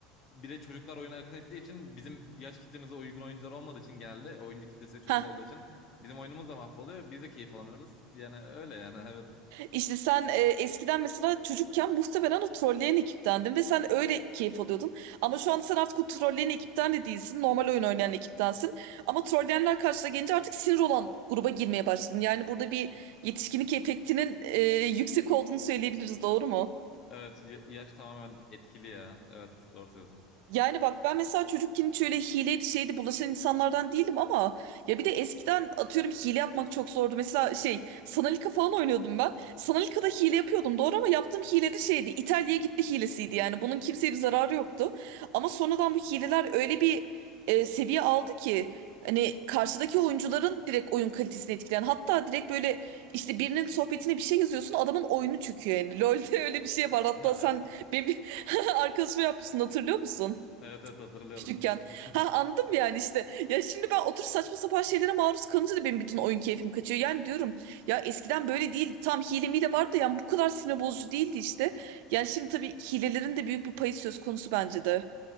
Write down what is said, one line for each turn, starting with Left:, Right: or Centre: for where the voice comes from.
Left: bir de çocuklar oyuna akın ettiği için bizim yaş kitlemize uygun oyuncular olmadığı için geldi. Oyuncu kitlesi çocuk
Right: ha
Left: olduğu için bizim oyunumuz da mahvoluyor. Biz de keyif alamıyoruz. Yani öyle yani <laughs> evet.
Right: İşte sen e, eskiden mesela çocukken muhtemelen o trolleyen ekiptendin ve sen öyle keyif alıyordun. Ama şu anda sen artık o trolleyen ekipten de değilsin. Normal oyun oynayan ekiptensin. Ama trolleyenler karşına gelince artık sinir olan gruba girmeye başladın. Yani burada bir yetişkinlik efektinin e, yüksek olduğunu söyleyebiliriz, doğru mu?
Left: Evet y- yaş tamamen etkili ya. Evet doğru söylüyorsun.
Right: Yani bak ben mesela çocukken hiç öyle hileydi şeydi bulaşan insanlardan değilim ama ya bir de eskiden atıyorum hile yapmak çok zordu. Mesela şey Sanalika falan oynuyordum ben. Sanalika'da hile yapıyordum doğru ama yaptığım hile de şeydi İtalya'ya gitti hilesiydi yani bunun kimseye bir zararı yoktu. Ama sonradan bu hileler öyle bir e, seviye aldı ki hani karşıdaki oyuncuların direkt oyun kalitesini etkileyen hatta direkt böyle işte birinin sohbetine bir şey yazıyorsun adamın oyunu çöküyor yani. <laughs> LoL'de öyle bir şey var hatta
Left: <laughs>
Right: sen benim bir <laughs> arkadaşıma yapmışsın hatırlıyor musun?
Left: Evet evet hatırlıyorum.
Right: Küçükken.
Left: <laughs>
Right: Ha anladım yani işte. Ya şimdi ben otur saçma sapan şeylere maruz kalınca da benim bütün oyun keyfim kaçıyor. Yani diyorum ya eskiden böyle değildi. Tam hile mile vardı da yani bu kadar sinir bozucu değildi işte. Yani şimdi tabii hilelerin de büyük bir payı söz konusu bence de.